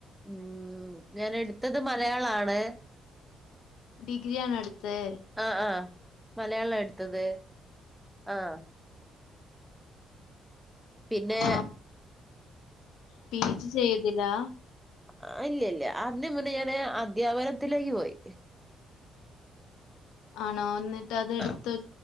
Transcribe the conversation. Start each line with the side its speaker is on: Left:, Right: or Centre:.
Centre: ഉം ഉ ഞാൻ എടുത്തത് മലയാളാണ്
Left: ഡഗ്രിയാണോട്തേ
Centre: ആ ആ മലയാളം എടുത്തത് ആഹ് പിന്നെ
Left: ആഹ് പി ജി ചെയ്ത്നാ
Centre: അഹ് ഇല്ല ഇല്ല അതിന് മുന്നേ ഞാന് അധ്യാപനത്തിലേക്ക് പോയി
Left: ആണോ എന്നിട്ട് അത് എടുത്ത്
Centre: ആ